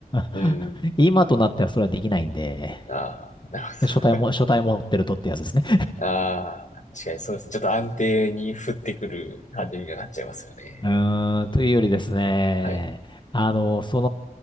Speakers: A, on the left; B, on the left.
A: うーん。
B: <laughs> 今となってはそれはできないんで、
A: ああ、なるほど。
B: 書体も、書体持ってるとってやつですね。
A: ああ、確かにそうです。ちょっと安定に降ってくる感じになっちゃいますよね。
B: うーん、というよりですね、
A: はい。
B: あの、そ